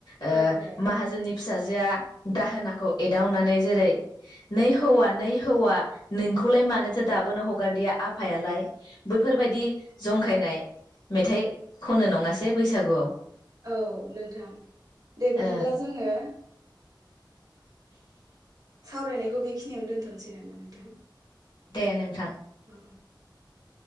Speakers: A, on the left; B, on the right.
A: ओ
B: औ दे
A: माहाजोननि फिसाजोआ दाहोनाखौ एदावनानै जेरै नै हौवा नै हौवा नोंखौलाय मानोथो दाबोनो हगारदिया आफायालाय बैफोरबायदि जंखायनाय मेथाइ खनो नङासै बैसागुआव?
B: औ नोंथां दे बिदिब्ला
A: ओ
B: जोङो
A: <inaudible>
B: सावरायनायखौ बेखिनियावनो दोनथनोसै नामा नोंथां?
A: दे नोंथां।
B: औ